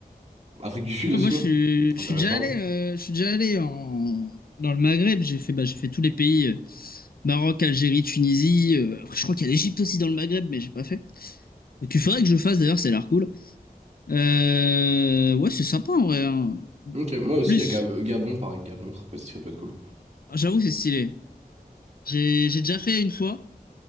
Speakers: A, on the right; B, on the left.
A: Afrique du Sud
B: Ouais,
A: aussi,
B: moi, je suis,
A: intéressant.
B: je suis déjà allé, euh, je suis déjà allé en, dans le Maghreb. J'ai fait, bah, j'ai fait tous les pays, euh, Maroc, Algérie, Tunisie. euh, après, je crois qu'il y a l'Égypte aussi dans le Maghreb, mais j'ai pas fait. Tu ferais que je le fasse d'ailleurs, c'est l'air cool. Euh, ouais, c'est sympa en vrai. hein.
A: Ok, moi aussi,
B: Plus,
A: il y a Ga- euh, Gabon, pareil, Gabon, ça peut, ça peut être cool.
B: Ah, j'avoue, c'est stylé. J'ai, j'ai déjà fait une fois,